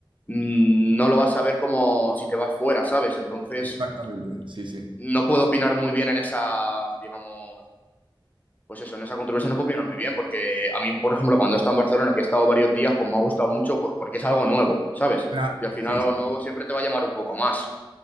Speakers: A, on the left; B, on the right.
A: mm, no lo vas a ver como si te vas fuera, ¿sabes? Entonces,
B: exactamente, sí, sí.
A: no puedo opinar muy bien en esa, digamos, pues eso, en esa controversia no puedo opinar muy bien porque a mí, por ejemplo, cuando he estado en Barcelona, que he estado varios días, pues me ha gustado mucho pues, porque es algo nuevo, ¿sabes?
B: Claro,
A: Y al final
B: sí,
A: algo
B: sí.
A: nuevo siempre te va a llamar un poco más.